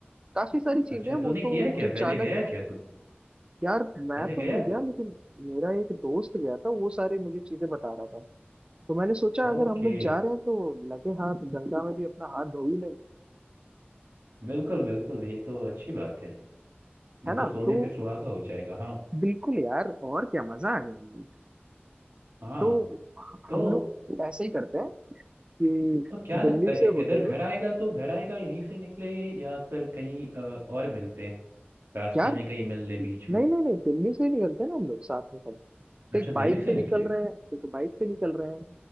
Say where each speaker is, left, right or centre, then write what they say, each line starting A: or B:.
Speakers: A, on the right; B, on the right.
A: काफी सारी चीजें
B: अच्छा
A: हैं
B: तूने
A: वो
B: किया
A: तो
B: है क्या
A: जो
B: पहले
A: चालक
B: गया है
A: है
B: क्या तू
A: यार मैं
B: पहले गया
A: तो नहीं
B: है
A: गया
B: तू
A: लेकिन मेरा एक दोस्त गया था वो सारी मुझे चीजें बता रहा था तो मैंने सोचा
B: ओके
A: अगर हम लोग जा रहे हैं तो लगे हाथ गंगा में भी अपना हाथ धो ही लें
B: बिल्कुल बिल्कुल ये तो अच्छी बात है ये
A: है ना
B: तो सोने
A: तो
B: पे सुहागा हो जाएगा हाँ
A: बिल्कुल यार और क्या मजा आ जाएगी
B: हाँ
A: तो
B: तो
A: हम लोग ऐसे ही करते हैं कि
B: तो क्या लगता
A: दिल्ली
B: है
A: से
B: इ-
A: होते
B: इधर घर
A: हुए
B: आएगा तो घर आएगा यहीं से निकले या फिर कहीं अ, और मिलते हैं रास्ते
A: यार
B: में कहीं मिल ले बीच
A: नहीं
B: में
A: नहीं नहीं दिल्ली से ही निकलते हैं ना हम लोग साथ में सब
B: अच्छा
A: तो एक
B: दिल्ली
A: बाइक
B: से
A: पे
B: निकले
A: निकल रहे हैं एक बाइक पे निकल रहे हैं